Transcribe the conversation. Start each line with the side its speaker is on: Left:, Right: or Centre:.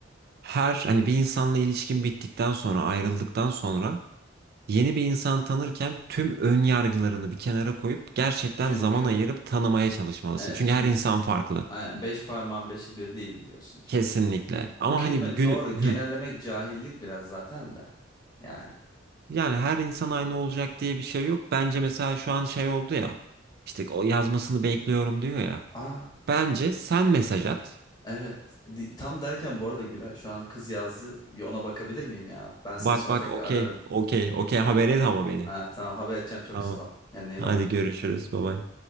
Right: Her hani bir insanla ilişkin bittikten sonra ayrıldıktan sonra Yeni bir insan tanırken tüm ön yargılarını bir kenara koyup gerçekten
Left: Çünkü
Right: zaman ayırıp tanımaya çalışmalısın.
Left: e,
Right: Çünkü
Left: çünkü
Right: her insan farklı.
Left: aynen, beş parmağın beşi bir değil diyorsun işte.
Right: Kesinlikle. Ama
Left: Bu kelime
Right: hani günü
Left: doğru genellemek
Right: Hı.
Left: cahillik biraz zaten de. Yani.
Right: yani her insan aynı olacak diye bir şey yok. Bence mesela şu an şey oldu ya. İşte o yazmasını bekliyorum diyor ya.
Left: Aa
Right: Bence sen mesaj at.
Left: evet. Di- Tam derken bu arada Güray şu an kız yazdı. Bir ona bakabilir miyim ya? Ben seni
Right: Bak
Left: sonra
Right: bak
Left: tekrar
Right: okey
Left: ararım.
Right: okey okey
Left: Ha,
Right: haber et ama beni.
Left: ha, tamam haber edeceğim çok
Right: Tamam.
Left: sağ ol. Kendine iyi
Right: Hadi
Left: bak.
Right: görüşürüz. Bye bye.